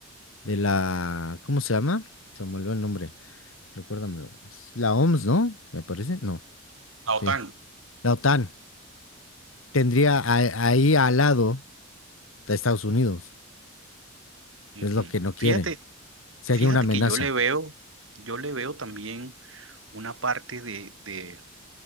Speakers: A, on the left; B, on the right.
A: de la, ¿cómo se llama? Se me olvidó el nombre Recuérdamelo. Es la OMS, ¿no? Me parece. No,
B: La
A: sí.
B: OTAN.
A: La OTAN tendría
B: Ok.
A: a- ahí al lado de Estados Unidos.
B: Ujú.
A: Es lo que no quiere.
B: Fíjate,
A: Sería
B: fíjate
A: una amenaza.
B: que yo le veo, yo le veo también una parte de, de